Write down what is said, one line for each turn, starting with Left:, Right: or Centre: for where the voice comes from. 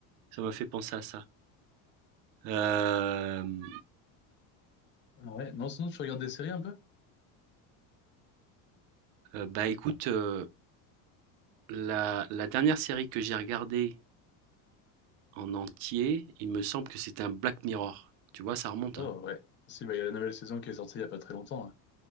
Right: Ça m'a fait penser à ça. Hem,
Left: Ah ouais. Non, sinon, tu regardes des séries un peu?
Right: heu, bah, écoute, heu, la la dernière série que j'ai regardée en entier, il me semble que c'était un Black Mirror. Tu vois? Ça remonte,
Left: Oh,
Right: hein.
Left: ouais. Si, bah, il y a la nouvelle saison qui est sortie il y a pas très longtemps. hein.